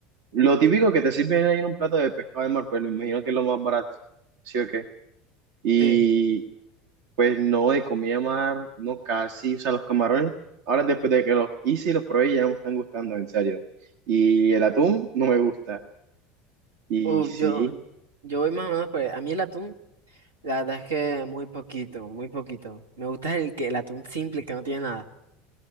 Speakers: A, on the right; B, on the right.
A: Lo típico que te sirven ahí en un plato de pescado de mar, pues me imagino que es lo más barato, ¿sí o qué? Y
B: Sí.
A: pues no, de comida de mar, no casi, o sea, los camarones, ahora después de que los hice y los probé, ya no me están gustando, en serio. Y el atún no me gusta. Y
B: Uh,
A: sí,
B: yo, yo voy más o menos por ahí. A mí el atún, la verdad es que muy poquito, muy poquito. Me gusta el que el atún simple, que no tiene nada.